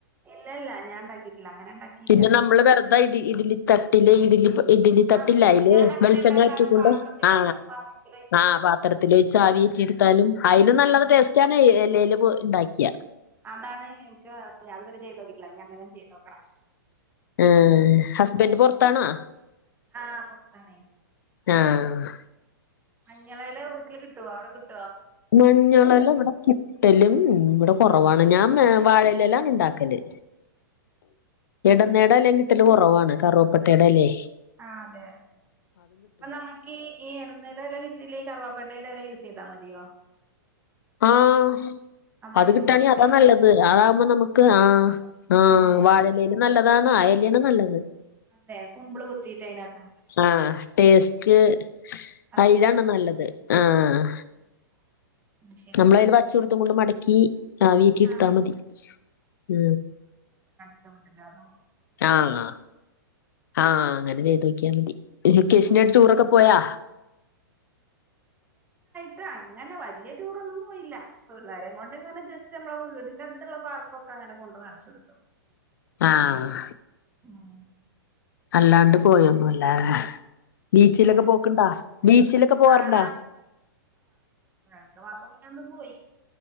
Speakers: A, on the right; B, on the left.
A: ഇല്ല ഇല്ല ഞാൻ ഉണ്ടാക്കിയിട്ടില്ല അങ്ങനെ ഉണ്ടാക്കി
B: പിന്നെ നമ്മള് വെറുത ഇ ഇഡലി തട്ടിൽ ഇഡലി ഇഡ്ലി തട്ടില്ലേ
A: ആഹ്
B: അയിൽ
A: ഞാൻ അങ്ങനെ
B: വെളിച്ചെണ്ണ
A: ഉണ്ടാക്കാറ്
B: ആറ്റാണ്ട്
A: പാത്രത്തിലൊഴിക്കും
B: ആ
A: പാത്രത്തിലൊഴിച്ചിട്ട്
B: ആഹ് പാത്രത്തില് ആവി ഇറ്റടുത്താലും അയിലും നല്ല
A: ആഹ്
B: ടേസ്റ്റാണ് ഇലയിൽ ഉണ്ടാക്കിയാ
A: അതാണ് എനിക്ക് അതുവരെ ചെയ്തുതോക്കിട്ടില്ല ഇനി അങ്ങനൊന്ന് ചെയ്തോക്കണം
B: ആ
A: ആഹ്
B: ഹസ്ബൻഡ് പൊറത്താണോ
A: ആഹ് പുറത്താണേ
B: ആഹ
A: മഞ്ഞളയിലെ വീട്ടിൽ കിട്ടുവോ അവിടെ കിട്ട
B: മഞ്ഞളെല്ലാം ഇവിടെ കിട്ടലും ഇവിടെ കുറവാണ് ഞാൻ വാഴലെല്ലാണ് ഇണ്ടാക്ക ല് ഇടുന്നേട അല്ലേ കിട്ടല് കുറവാണ് കറുവപ്പട്ടയുടെ അല്ലേ
A: ആ അതെ അപ്പൊ നമ്മക്ക് ഈ ഇടനീരല്ലാം കിട്ട ട്ടല്ല ഈ കറവാപ്പട്ടയുടെ എല്ലാം യൂസ് ചെയ്താൽ മതിയോ
B: ആഹ
A: അതായാലും
B: അത് കിട്ടണ
A: മതില്ലേ
B: അതാ നല്ലത് അതകുമ്പോ നമുക്ക്
A: ആണോ
B: ആ ആ്
A: ഏഹ്
B: വാഴലും നല്ല അതാണ് ആയല് നല്ലത്
A: അതെ കുമ്പിള് കുത്തിയിട്ട് അതിനകത്ത്
B: ആ ടേസ്റ്റ്
A: അതിനാവുല്ലേ
B: അതിലാാണ്ോ നല്ലത് ആഹ
A: ആഹ് ശരി
B: നമ്മള അതിൽ പച്ച കൊടത്തും കൊണ്ട് മടക്കി ആ വീട്ടില ഇടുത്താ
A: ആഹ്
B: മതി ഉ
A: അ മട്ടില്ലാതും
B: ആഹ ആഹ അങ്ങനെ ചെയ്ത് നോക്കിയാൽ മതി കൃഷ്ണിയയുടെ
A: ഉം
B: ടൂറൊക്കെ പോയാ
A: അ അങ്ങനെ വലിയ ടൂറൊന്നും പോയില്ല പിള്ളേരെയ കൊണ്ട് ഇങ്ങനെ ജസ്റ്റ് നമ്മള വീടിന്റെറടുത്തുള്ള പാർക്കൊക്കെ അങ്ങനെ കൊണ്ട കാണിച്ചു കൊടുത്തു
B: ആഹ
A: ആഹ
B: അല്ലാണ്ട് പോയൊന്നുംല്ല ബീച്ചിലൊക്കെ
A: അങ്ങനെ
B: പോക്കണ്ടാ ബീച്ചിലൊക്കെ പോവാറുണ്ടാ
A: ആഹ് രണ്ട മാസം മുന്നന്ന് പോയി